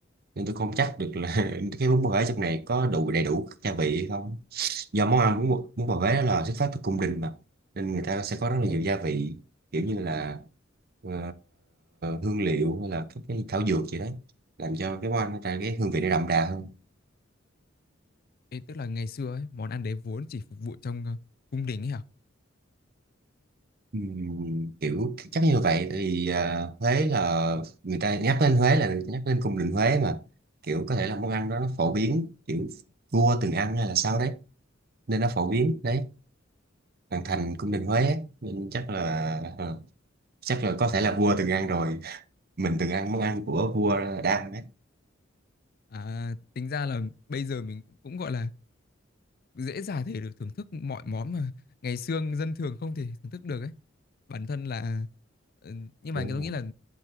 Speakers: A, on the right; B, on the left.
A: nên tôi không chắc được là <laughs> cái bún bò Huế trong này có đủ đầy đủ các gia vị hay không do món ăn bún, bò- bún bò Huế đó là xuất phát từ cung đình mà nên người ta sẽ có rất là nhiều gia vị kiểu như là ờ, hương liệu hay là các cái thảo dược gì đấy làm cho cái món ăn nó ra cái hương vị nó đậm đà hơn
B: Ê, tức là ngày xưa ấy, món ăn đấy vốn chỉ phục vụ trong ờ, cung đình ấy hả
A: Ừm, kiểu chắc như vậy thì ờ, Huế là người ta nhắc đến Huế là nhắc đến cung đình Huế mà kiểu có thể là món ăn đó nó phổ biến kiểu vua từng ăn hay là sao đấy nên nó phổ biến đấy hoàng thành cung đình Huế á, nên chắc là ờ, chắc là có thể là vua từng ăn rồi mình từng ăn món ăn của vua Đam ấy
B: À, tính ra là bây giờ mình cũng cũng, gọi là, dễ dàng thể được thưởng thức mọi món mà ngày xưa dân thường không thể thưởng thức được ấy. Bản thân là ờ, nhưng
A: đúng
B: mà tôi
A: rồi
B: nghĩ là